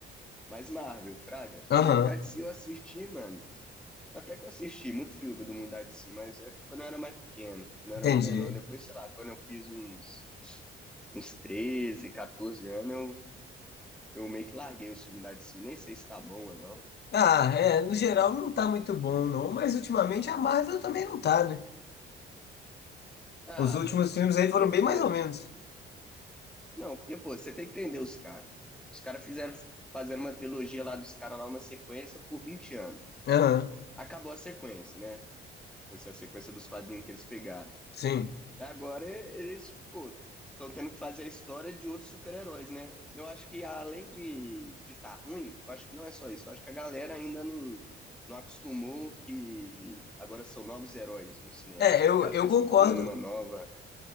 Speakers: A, in the centre; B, on the left (about 55°).
A: mais Marvel, Fraga.
B: Aham,
A: Mundo da DC eu assisti, mano. Até que eu assisti muito filme do Mundo da DC, mas é quando eu era mais pequeno, quando eu
B: entendi.
A: era mais menor. Depois, sei lá, quando eu fiz uns uns treze 14 anos, eu, eu meio que larguei o filme da DC. Nem sei se tá bom ou não.
B: Ah, é, no geral não tá muito bom, não, mas ultimamente a Marvel também não tá, né?
A: Ah,
B: Os últimos
A: mano.
B: filmes aí
A: É porque,
B: foram bem
A: pô,
B: mais ou menos.
A: não, porque, pô, você tem que entender os caras. Os caras fizeram fazendo uma trilogia lá dos caras lá, uma sequência por 20 anos.
B: Aham,
A: acabou a sequência, né? Tipo assim, a sequência dos quadrinhos que eles pegaram.
B: sim.
A: Agora e- eles, pô, estão tendo que fazer a história de outros super-heróis, né? Eu acho que além de de tá ruim, eu acho que não é só isso. Eu acho que a galera ainda não, não acostumou que agora são novos heróis no cinema,
B: É,
A: tá
B: eu,
A: ligado?
B: eu
A: Que eles
B: concordo.
A: estão fazendo uma nova.